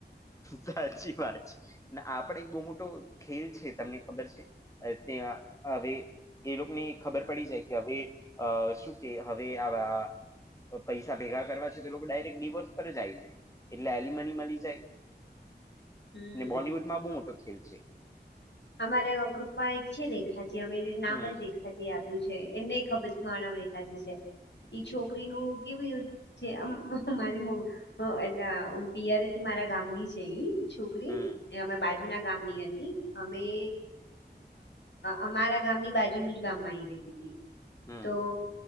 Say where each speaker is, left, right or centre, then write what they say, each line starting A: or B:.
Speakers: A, on the left; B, on the left.
A: સાચી વાત છે આપડે એક બહુ મોટો ખેલ છે તમને ખબર છે? એ ત આવીભી <unintelligible> એ લોકોને ખબર પડી જાય કે હવે શું કે હવે આવા પૈસા ભેગા કરવા છે તો લોકો ડાયરેક્ટ ડીવોર્સ પર જ આવી જાય, એટલે એલિમની મળી જાય.
B: હમ.
A: ને બોલિવૂડમાં બહુ મોટો ખેલ છે.
B: અમારે ગ્રુપમાં એક છે રેખા જે અમે નામ
A: હમ
B: જ રેખા. આપ્યું છે એ ન ખબર કે મારું નામ રેખાજી છે, ઈ છોકરીનું કેવું કે મારી એ પીયરેથી મારા ગામની છે એ છ છોકરી
A: હમ
B: અમાર બાજુના ગામની હતી. અમે અમારા ગામની બાજુનું જ ગામમાં આવી રેતી હતી.
A: હમ
B: તો